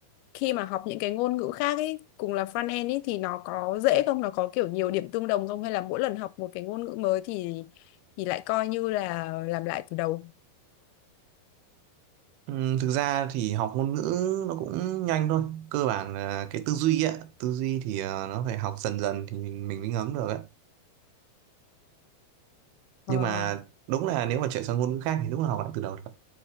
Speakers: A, on the left; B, on the right.
A: khi mà học những cái ngôn ngữ khác ấy cùng là front end ấy thì nó có dễ không? Nó có kiểu nhiều điểm tương đồng không? Hay là mỗi lần học một cái ngôn ngữ mới thì thì lại coi như là làm lại từ đầu?
B: Ừ, thực ra thì học ngôn ngữ nó cũng nhanh thôi cơ bản là cái tư duy á tư duy thì ờ, nó phải học dần dần thì mình mình mới ngấm được á
A: Ờ,
B: nhưng mà đúng là nếu mà chuyển sang ngôn ngữ khác thì đúng là học lại từ đầu thật